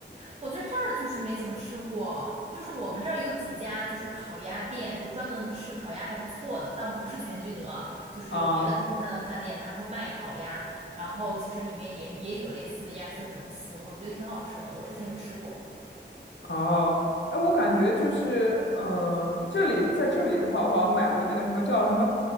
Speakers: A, on the right; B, on the left.
A: 我在这儿就是没怎么吃过，就是我们这儿有几家就是烤鸭店，就是专门吃烤鸭还不错的，但不是全聚德啊就是有别的中餐的饭店，
B: 啊、
A: 他们会卖烤鸭，然后其实里面也也有类似的鸭血粉丝，我觉得挺好吃的，我之前有吃过。
B: 哦，哎，我感觉就是，嗯、这里在这里的话，我好像买过那个什么叫什么